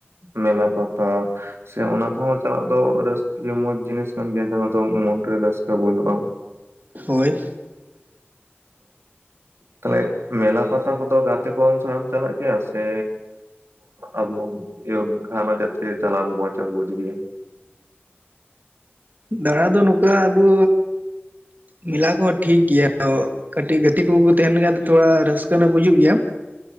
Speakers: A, on the right; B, on the right.
A: ᱢᱮᱞᱟ ᱯᱟᱛᱟ ᱥᱮ ᱚᱱᱟ ᱠᱚᱦᱚᱸ ᱪᱟᱞᱟᱜ ᱫᱚ ᱨᱟᱹᱥ ᱢᱚᱸᱡᱽ, ᱡᱤᱱᱤᱥ ᱠᱟᱱ ᱜᱮᱭᱟ ᱡᱟᱦᱟᱸ ᱫᱚ ᱢᱚᱱᱨᱮ ᱨᱟᱹᱥᱠᱟᱹ ᱵᱩᱡᱟᱹᱜ-ᱟ
B: ᱦᱳᱭ
A: ᱛᱟᱦᱞᱮ ᱢᱮᱞᱟ ᱯᱟᱛᱟ ᱠᱚᱫᱚ ᱜᱟᱛᱮ ᱠᱚ ᱥᱮ ᱮᱢ ᱪᱟᱞᱟᱜ ᱜᱮᱭᱟ ᱥᱮ ᱟᱵᱚ <unintelligible> ᱠᱷᱟᱱ ᱡᱟᱛᱮ ᱪᱟᱞᱟᱣ ᱵᱩᱡᱽ ᱜᱮᱭᱟ
B: ᱫᱟᱬᱟ ᱫᱚ ᱱᱚᱠᱟ ᱟᱵᱩ ᱢᱮᱞᱟ ᱠᱚᱦᱚᱸ ᱴᱷᱤᱠ ᱜᱮᱭᱟ, ᱠᱟᱹᱴᱤᱡ ᱜᱟᱛᱮ ᱠᱚᱠᱚ ᱛᱟᱦᱮᱱ ᱠᱷᱟᱱ ᱫᱚ ᱛᱷᱚᱲᱟ ᱨᱟᱹᱥᱠᱟᱹ ᱦᱚᱸ ᱵᱩᱡᱩᱜ ᱜᱮᱭᱟ,